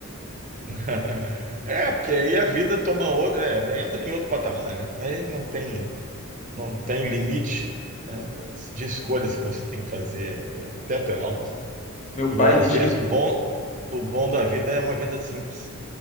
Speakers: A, on the right; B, on the left.
A: <laughs> É, porque aí a vida toma outra. é, entra em outro patamar, né? Aí não tem. não tem limite, né, das- de escolhas que você tem que fazer. é, O teto é alto.
B: Meu
A: E
B: pai
A: às
B: diz
A: vezes
B: que
A: o bom, o bom da vida é uma vida simples.